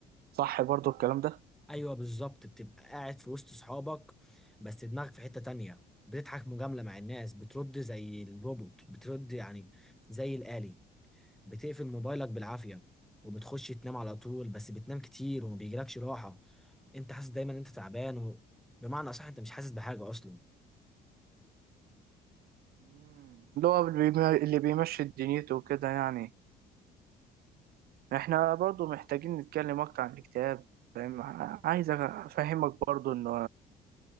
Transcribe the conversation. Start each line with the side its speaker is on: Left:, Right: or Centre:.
Right: صح برضو الكلام ده
Centre: ايوه بالظبط بتبقى قاعد في وسط صحابك بس دماغك في حتة تانية بتضحك مجاملة مع الناس بترد زي الروبوت بترد يعني زي الآلي بتقفل موبايلك بالعافية وبتخش تنام على طول بس بتنام كتير وما بيجيلكش راحة انت حاسس دايما إن انت تعبان و... بمعنى اصح انت مش حاسس بحاجة اصلا
Right: مم. اللي هو اللي بيم- اللي بيمشي دنيته وكده يعني احنا برضو محتاجين نتكلم أكتر عن الاكتئاب فاهم ع- عايز أفهمك برضو إنه